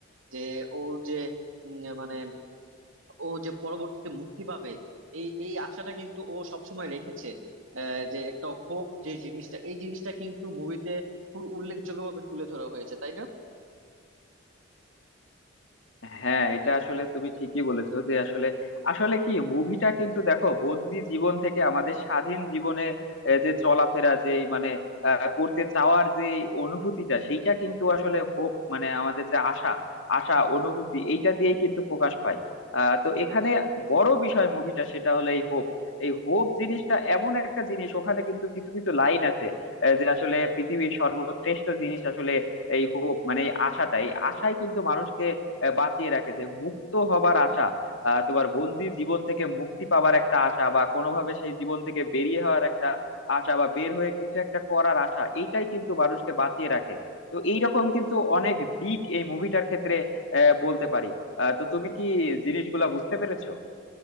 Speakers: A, on the right (about 80°); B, on the left (about 70°).
A: যে ও যে উম, মানে ও যে পরবর্তীতে মুক্তি পাবে এই এই আশাটা কিন্তু ও সবসময় রেখেছে আহ, যে একটা হোপ যে জিনিসটা এই জিনিসটা কিন্তু মুভিতে খুব উল্লেখযোগ্যভাবে তুলে ধরা হয়েছে তাই না
B: হ্যাঁ এটা আসলে তুমি ঠিকই বলেছো যে আসলে আসলে কি মুভিটা কিন্তু দেখো বন্দি জীবন থেকে আমাদের স্বাধীন জীবনে আহ, যে চলাফেরা যে মানে আহ, করতে চাওয়ার যে অনুভূতিটা সেইটা কিন্তু আসলে হোপ মানে আমাদের যে আশা আশা অনুভূতি এইটা দিয়েই কিন্তু প্রকাশ পায় আহ তো এখানে বড় বিষয় মুভিটা সেটা হলো এই হোপ এই হোপ জিনিসটা এমন একটা জিনিস ওখানে কিন্তু কিছু কিছু লাইন আছে আহ, যে আসলে পৃথিবীর সর্বশ্রেষ্ঠ জিনিস আসলে এই হোপ মানে এই আশাটাই আশাই কিন্তু মানুষকে আহ, বাঁচিয়ে রাখে যে মুক্ত হবার আশা আহ, তোমার বন্দি জীবন থেকে মুক্তি পাবার একটা আশা বা কোনোভাবে সেই জীবন থেকে বেরিয়ে হওয়ার একটা আশা বা বের হয়ে কিছু একটা করার আশা এইটাই কিন্তু মানুষকে বাঁচিয়ে রাখে তো এইরকম কিন্তু অনেক দিক এই মুভিটার ক্ষেত্রে আহ, বলতে পারি আহ, তো তুমি কি জিনিসগুলা বুঝতে পেরেছো